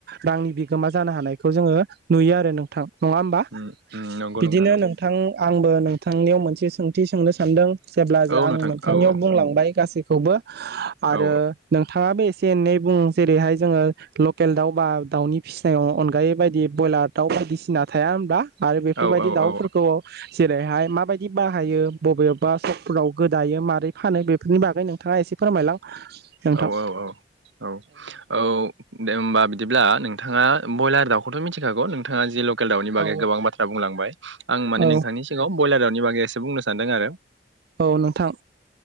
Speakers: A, on the right; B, on the right.
A: रांनि बिगोमा जानो हानायखौ जोङो नुयो आरो नोंथां। नङा होमबा
B: उम उम नंगौ
A: बिदिनो
B: नंगौ
A: नोंथां आंबो नोंथांनियाव मोनसे सोंथि सोंनो सानदों। जेब्ला
B: औ
A: आं
B: नोंथां
A: नोंथांनियाव
B: औ औ
A: बुंलांबाय गासैखौबो आरो
B: औ
A: नोंथाङाबो एसे एनै बुं जेरैहाय जोङो लकेल दाउ बा दाउनि फिसिनायाव अनगायै बायदि ब्रयलार दाउ बायदिसिना थाया होनबा आरो बेफोरबायदि
B: औ औ
A: दाउफोरखौ
B: औ
A: जेरैहाय माबायदि बाहायो बबेबा सकफोराव गोदायो मारै फानो बेफोरनि बागै नोंथाङा एसे फोरमायलां नोंथां
B: औ औ औ औ औ दे होनबा बिदिब्ला नों थाङा बयलार दाउखौथ' मिथिखागौ नोंथाङा जि लकेल दाउनि बागै
A: औ
B: गोबां बाथ्रा बुंलांबाय आं माने
A: औ
B: नोंथांनि सिगांव ब्रयलार दाउनि बागै एसे बुंनो सानदों आरो
A: औ नोंथां